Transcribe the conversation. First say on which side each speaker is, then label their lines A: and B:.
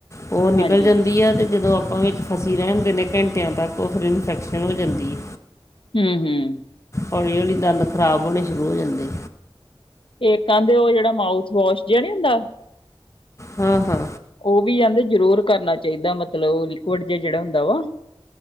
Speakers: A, on the left (about 30°); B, on the left (about 65°).
A: ਉਹ ਨਿਕਲ
B: ਹਾਂਜੀ
A: ਜਾਂਦੀ ਆ ਤੇ ਜਦੋਂ ਆਪਾਂ ਵੀ ਫਸੀ ਰਹਿਣ ਦਿੰਦੇਆ ਘੰਟਿਆਂ ਤੱਕ ਉਹ ਫਿਰ ਇਨਫੈਕਸ਼ਨ ਹੋ ਜਾਂਦੀ ਐ।
B: ਹੂੰ ਹੂੰ।
A: ਹੌਲੀ -ਹੌਲੀ ਦੰਦ ਖਰਾਬ ਹੋਣੇ ਸ਼ੁਰੂ ਹੋ ਜਾਂਦੇ ਨੇ।
B: ਉਹ ਕਹਿੰਦੇ ਉਹ ਜਿਹੜਾ ਮਾਊਥ ਵਾਸ਼ ਜਿਹਾ ਨੀ ਹੁੰਦਾ?
A: ਹਾਂ ਹਾਂ।
B: ਉਹ ਵੀ ਆਦੇ ਜਰੂਰ ਕਰਨਾ ਚਾਹੀਦਾ ਮਤਲਬ ਲਿਕਵਡ ਜ ਜਿਹੜਾ ਹੁੰਦਾ ਵਾ